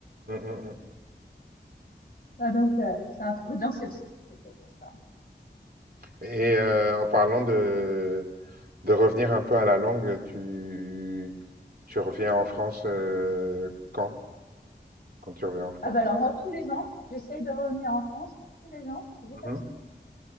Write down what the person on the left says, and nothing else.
Ah, donc, euh, c'est un- oui, donc c'est c'est peut-être pour ça.
Ah ben alors moi, tous les ans, j'essaye de revenir en France, tous les ans, j'ai
pas de sous.